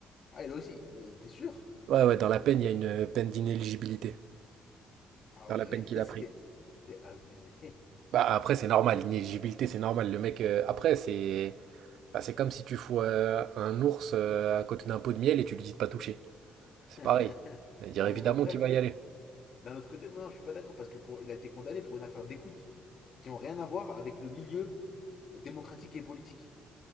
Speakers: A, on the left; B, on the right.
A: Ah, il a aussi. Euh, T'es sûr?
B: Ouais, ouais, dans la peine, il y a une peine d'inéligibilité.
A: Ah
B: Dans
A: ouais,
B: la peine qu'il
A: <laughs> c'est
B: a pris.
A: c'est abusé.
B: Bah après, c'est normal, l'inéligibilité, c'est normal. Le mec, euh, après, c'est bah, c'est comme si tu fous euh, un ours euh, à côté d'un pot de miel et tu lui dis de pas toucher.
A: <laughs>
B: C'est pareil. Il va dire
A: Non
B: évidemment
A: mais après,
B: qu'il va y aller.
A: d'un autre côté, moi non, je suis pas d'accord parce que pour, il a été condamné pour une affaire d'écoute qui ont rien à voir avec le milieu démocratique et politique.